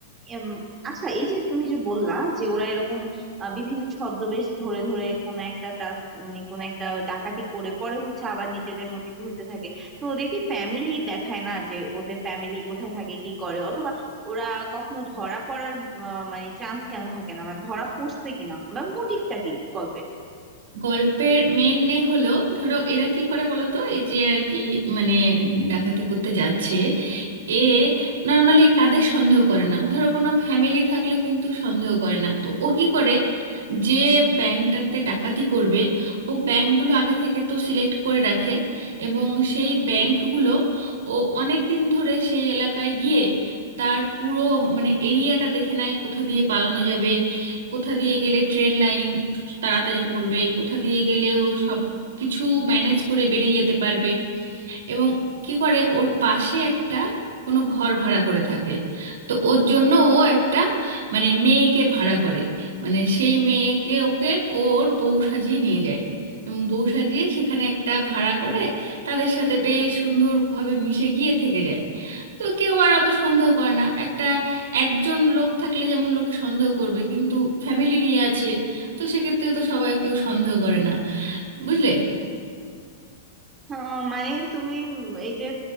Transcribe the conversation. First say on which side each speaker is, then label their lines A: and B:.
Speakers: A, on the right; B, on the right.
A: এম, আচ্ছা এই যে তুমি যে বললা যে ওরা এরকম আহ, বিভিন্ন ছদ্মবেশ ধরে ধরে কোন একটা টাস মানে কোন একটা ডাকাতি করে পরে হচ্ছে আবার নিজেদের মতো ঘুরতে থাকে তো ওদের কি ফ্যামিলি দেখায় না যে ওদের ফ্যামিলি কোথায় থাকে কি করে অথবা ওরা কখনো ধরা পড়ার আহ, মানে চান্স কেন থাকে না মানে ধরা পড়ছে কিনা বা মোটিভটা কি গল্পের
B: গল্পের মেন এ হলো ধরো এরা কি করে বলো তো এই যে আর কি মানে ডাকাতি করতে যাচ্ছে এ নর্মালি কাদের সন্দেহ করে না ধরো কোনো ফ্যামিলি থাকলে কিন্তু সন্দেহ করে না তো ও কি করে যে ব্যাংকটাতে ডাকাতি করবে ও ব্যাংকগুলো আগে থেকে তো সিলেক্ট করে রাখে এবং সেই ব্যাংকগুলো ও অনেক দিন ধরে সেই এলাকায় গিয়ে তার পুরো মানে এরিয়াটা দেখে নেয় কোথা দিয়ে পালানো যাবে কোথা দিয়ে গেলে ট্রেন লাইন তাড়াতাড়ি পড়বে কোথা দিয়ে গেলেও সব কিছু ম্যানেজ করে বেরিয়ে যেতে পারবে এবং কি করে ওর পাশে একটা কোনো ঘর ভাড়া করে থাকে তো ওর জন্য ও একটা মানে মেয়েকে ভাড়া করে মানে সেই মেয়েকে ওকে ওর বউ সাজিয়ে নিয়ে যায় এবং বউ সাজিয়ে সেখানে একটা ভাড়া করে তাদের সাথে বেশ সুন্দরভাবে মিশে গিয়ে থেকে যায় তো কেউ আর অত সন্দেহ করে না একটা একজন লোক থাকলে যেমন লোকে সন্দেহ করবে কিন্তু ফ্যামিলি নিয়ে আছে তো সেক্ষেত্রে তো সবাই কেউ সন্দেহ করে না বুঝলে
A: আহ, মানে তুমি এই যে